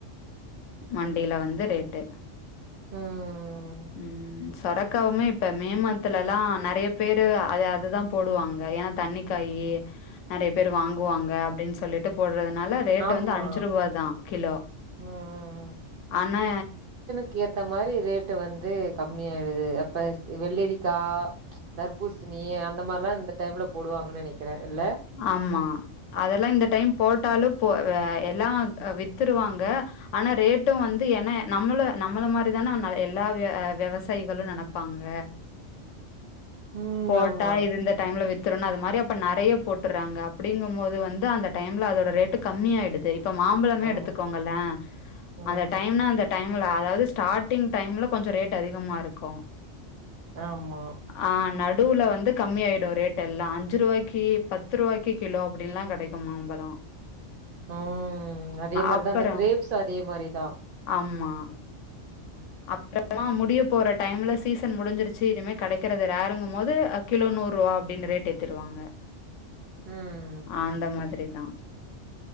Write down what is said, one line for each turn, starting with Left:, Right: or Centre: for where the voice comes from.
Left: மண்டில வந்து ரேட்டு
Right: ம்
Left: ம் சொரக்கவுமே இப்ப மே மனத்துலலா நெறைய பேரு அது அததா போடுவாங்க ஏன்னா தண்ணிக்காய் நெறைய பேர் வாங்குவாங்க அப்டின் சொல்லிட்டு போட்றதுனால ரேட்
Right: ஆமா
Left: வந்து அஞ்சு ருவாதா கிலோ
Right: ம் ம்
Left: ஆனா
Right: க்கு ஏத்த மாரி ரேட்டு வந்து கம்மிய ஆயிடுது அப்ப வெள்ளரிக்கா தர்பூசணி அந்த மார்லா இந்த டைம்ல போடுவாங்கன்னு நெனைக்கிறே இல்ல
Left: ஆமா அதெல்லா இந்த டைம் போட்டாலும் போ எல்லா வித்துருவாங்க ஆனா ரேட்டு வந்து ஏன்ன நம்மள நம்மள மாதிரிதானே எல்லா் வெவசாயிகளு நினைப் ப்பாங்க
Right: ம்
Left: போட்டா
Right: ஆமா
Left: இது இந்த டைம்ல வித்துறன்னு அது மாரி அப்ப நெறைய போட்டுறாங்க அப்டிங்கும் போது வந்து அந்த டைம்ல அதோட ரேட்டு் கம்மிய ஆயிடுது இ இப்ப மாம்பழமே
Right: ஆ
Left: எடுத்துக்கோங்கல்லே
Right: ம்
Left: அந்த டைம்னா அந்த டைம்ல அதாது ஸ்டார்டிங் டைம்ல கொஞ்ச ரேட் அதிகமா இருக்கு
Right: ஆமா
Left: ஆ நடுல வந்து கம்மி ஆயிடு ரேட் எல்லா அஞ்சு ருவாய்க்கு பத்து ருபாய்க்கு கிலோ அப்டின்லா கெடைக்கு மாம்பழ
Right: ம் அதே மாரிதா
Left: அப்பறோ
Right: இந்த க்ரேப்ஸ் அதே மாரிதா
Left: ஆமா அப்புறமா முடிய போற டைம்ல சீசன் முடிஞ்சிருச்சு இனிமே கெடைக்கறது ரேருங்கும் போது கிலோ நூறு ருவா அப்டினு ரேட் ஏத்துடுவாங்க
Right: ம்
Left: அந்த மாதிரிதா